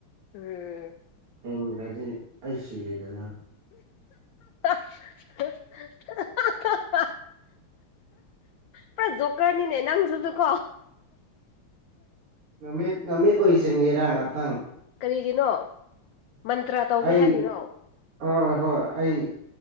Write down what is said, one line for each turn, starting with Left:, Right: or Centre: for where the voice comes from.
Left: ꯎꯝ
Right: ꯍꯤꯡꯒꯗꯤ ꯑꯩ ꯁꯤꯔꯦꯗꯅ
Left: <unintelligible> ꯄꯨꯔꯥ ꯖꯣꯀꯔꯅꯤꯅꯦ ꯅꯪꯁꯨꯁꯨꯀꯣ
Right: ꯅꯨꯃꯤꯠ ꯅꯨꯃꯤꯠ ꯑꯣꯏꯁꯤꯟꯒꯦꯔ ꯉꯍꯥꯛꯇꯪ
Left: ꯀꯔꯤꯒꯤꯅꯣ ꯃꯟꯇ꯭ꯔ ꯇꯧꯒꯦ
Right: ꯑꯩ
Left: ꯍꯥꯏꯔꯤꯔꯣ
Right: ꯍ ꯍꯣꯏ ꯑꯩ